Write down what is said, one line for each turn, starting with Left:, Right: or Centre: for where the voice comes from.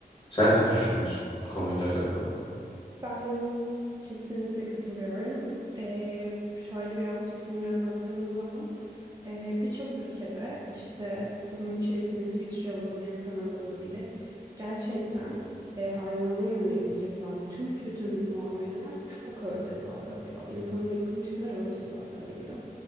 Left: Sen ne düşünüyorsun konuyla alakalı?
Right: Ben kesinlikle katılıyorum. Ee, şöyle birazcık dünyaya baktığımız zaman ee, birçok ülkede işte bunun içerisinde İsviçre olabilir, Kanada olabilir. Gerçekten e, hayvana yönelik yapılan tüm kötü mü- muameleler çok ağır cezalar alıyor. İnsana yapılmış kadar ağır cezalar alıyor.